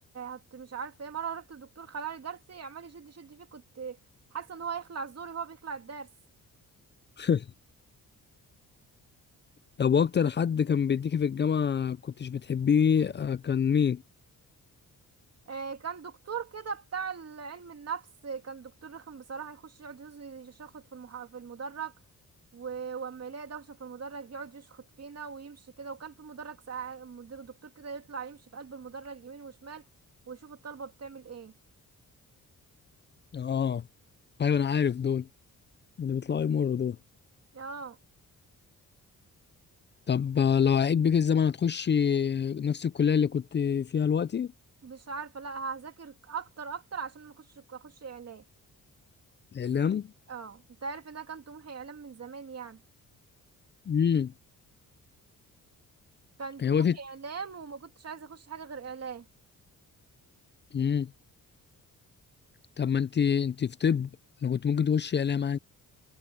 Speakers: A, on the right; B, on the left.
A: هت مش عارفه ايه مره رحت الدكتور خلع لي درسي عمال يشد يشد فيه كنت حاسه ان هو هيخلع زوري وهو بيخلع الدرس
B: <laughs> طب واكتر حد كان بيديكي في الجامعة كنتش بتحبيه آه، كان مين
A: آه، كان دكتور كده بتاع علم النفس آه، كان دكتور رخم بصراحة يخش يقعد يز- يشخط في المح... في المدرج و- واما يلاقي دوشة في المدرج يقعد يشخط فينا ويمشي كده وكان في مدرج ساعة مدير- دكتور كده يطلع يمشي في قلب المدرج يمين وشمال ويشوف الطلبة بتعمل ايه
B: اه ايوه انا عارف دول اللي بيطلعوا يمروا دول
A: اه
B: طب آه، لو عيد بيك الزمن هتخشي نفس الكلية اللي كنت فيها دلوقتي
A: مش عارفة لا هذاكر اكتر اكتر عشان ما اخش اخش اعلام
B: اعلام
A: اه انت عارف ان انا كان طموحي اعلام من زمان يعني
B: امم
A: كان
B: هي
A: طموحي
B: وقفت
A: اعلام وما كنتش عايزة اخش حاجة غير اعلام
B: امم طب ما انت انت في طب انا كنت ممكن تخشي اعلام